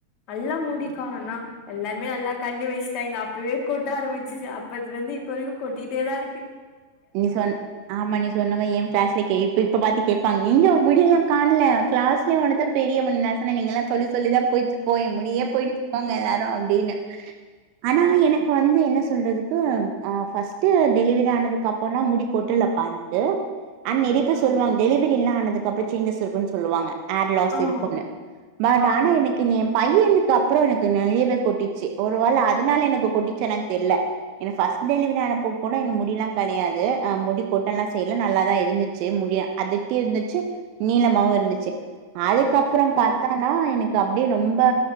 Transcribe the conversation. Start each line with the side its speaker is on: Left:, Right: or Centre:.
Left: நல்லா முடிக்கானா எல்லாருமே நல்லா கண்ணு வச்ட்டாங்க அப்பவே கொட்ட ஆரம்பிச்சிச்சி அப்பத்துல இருந்து இப்ப வரைக்கும் கொட்டிட்டே தான் இருக்கு
Right: நீ சொன் ஆமா நீ சொன்னவன் என் கிளாஸ்ல கே இப்ப இப்ப பாத்து கே கன் எங்க முடியெல்லாம் காண்ல கிளாஸ்லே ஒனதான் பெரிய முனீ நசன நீங்கல்லாம் சொல்லி சொல்லிதான் போயிச்சி போ என் முடியே போயிடுச்சி போங்க எல்லாரும் அப்டின்னு ஆனா எனக்கு வந்து என்ன சொல்றதுக்கு ஆ ஃபர்ஸ்ட்டு டெலிவரி ஆனதுக்கு கப்பன்னா முடி கொட்டுலப்பா எனக்கு அன்
Left: ஓகேவா
Right: நெறயா பேர் சொல்லுவாங்க டெலிவரில்லாம் ஆனதுக்குப்புற சேஞ்சஸ் இருக்குன்னு சொல்லுவாங்க ஏர் லாஸ்
Left: ஆமா
Right: இருக்குன்னு பட்
Left: ஆ
Right: ஆனா எனக்கு நீ பையனுக்கு அப்புறம் எனக்கு நெறையவே கொட்டிச்சி ஒரு வேள அதனால எனக்கு கொட்டிச்சா என்னான்னு தெர்ல என ஃபஸ்ட் டெலிவரி ஆனப்போ கூட என் முடிலாம் கெடையாது ஆ முடி கொட்டலா செய்ல நல்லாதான் இருந்துச்சி முடிய அடர்த்தியா இருந்துச்சி நீளமாவும் இருந்துச்சி அதுக்கப்புறம்
Left: ஓகே
Right: பாத்தானா எனக்கு அப் டே ரொம்ப